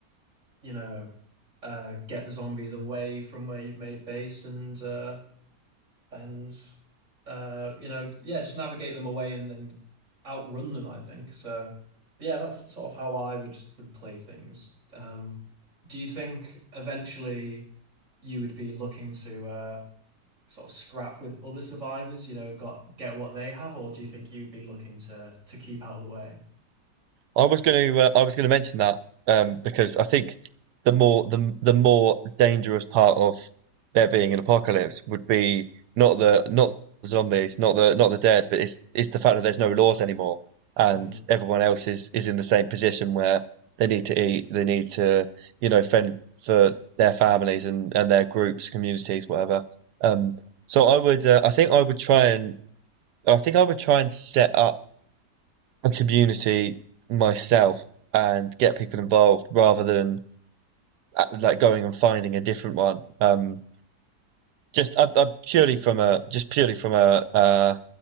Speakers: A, on the right; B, on the right.
A: you know, uh, get the zombies away from where you've made base and uh, and uh, you know, yeah, just navigate them away and then outrun them, I think. So yeah, that's sort of how I would would play things. Um, do you think eventually you would be looking to uh, sort of scrap with other survivors, you know, got get what they have, or do you think you'd be looking to to keep out of the way?
B: I was going to uh, I was going to mention that um, because I think the more the the more dangerous part of there being an apocalypse would be not the not the zombies, not the not the dead, but it's it's the fact that there's no laws anymore and
A: Mm,
B: everyone else is is in the same position where they need to eat, they need to you know fend for their families and and their groups, communities, whatever. Um, so I would uh, I think I would try and I think I would try and set up a community myself and get people involved rather than uh, like going and finding a different one. Um, just I, I purely from a just purely from a uh,